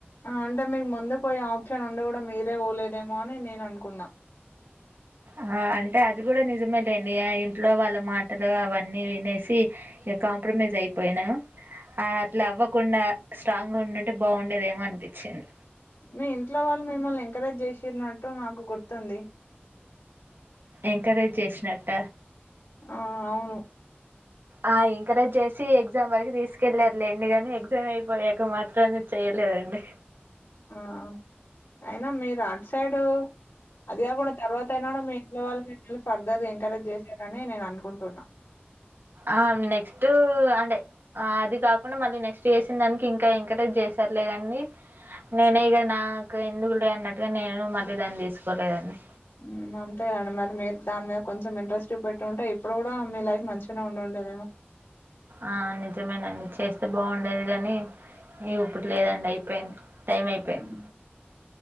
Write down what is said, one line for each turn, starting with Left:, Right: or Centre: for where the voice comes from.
Left: అంటే మీకు ముందు పోయే ఆప్షన్ ఉండడి కూడా మీరే పోలేదేమో అని నేను అనుకున్నా
Right: ఆ అంటే అది కూడా నిజమేలేండి ఆ ఇంట్లో వాళ్ళ మాటలు అవన్నీ వినేసి ఇగ కాంప్రమైజ్ అయిపోయిన ఆ అట్లా అవ్వకుండా స్ట్రాంగ్ గా ఉండుంటే బాగుండేదేమో అనిపించింది
Left: మీ ఇంట్లో వాళ్ళు మిమ్మల్ని ఎంకరేజ్ చేసినట్టు నాకు గుర్తుంది
Right: ఎంకరేజ్ చేసినట్ట
Left: ఆ అవును
Right: ఆ ఇంకరేజ్ చేసి ఎగ్జామ్ వరకు తీసుకెళ్ళారు లేండి నీ ఎగ్జామ్ అయిపోయాక మాత్రమం చెయ్యలే చేయలేదు అండి
Left: ఆ అయినా మీరు అట్ సైడు అది కాకుండా తర్వాత అయినా కూడా మీ ఇంట్లో వాళ్ళు మిమ్మల్ని ఫర్దర్ ఎంకరేజ్ చేశారని నేను అనుకుంటున్నాను
Right: ఆ నెక్స్ట్ అంటే అది కాకుండా మళ్ళీ నెక్స్ట్ చేసిన దానికి ఇంకా ఎంకరేజ్ చేస్త సర్లే అండి నేనే ఇక నాకు ఎందుకు లే అన్నట్టుగా నేను మళ్ళీ దాన్ని తీసుకోలేదంన్ని
Left: ఉమ్ అంతే కదండి మరి మీరు దాని మీద కొంచం ఇంట్రెస్ట్ప పెట్టి ఉంటే ఇప్పుడు కూడా మీ లైఫ్ మంచిగానే ఉండేదేమో
Right: ఆ నిజమేనా నే చేస్తే బాగుండేది గాని ఎం ఇప్పుడు లేదండి అయిపోయింది టైం అయిపోయింది
Left: <unintelligible>